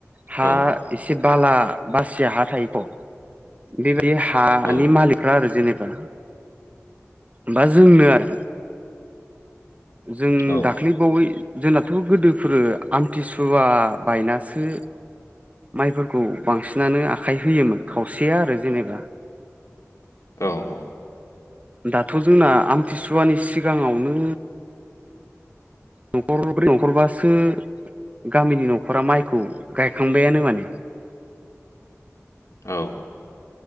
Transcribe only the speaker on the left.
औ
औ
औ
औ -औ
औ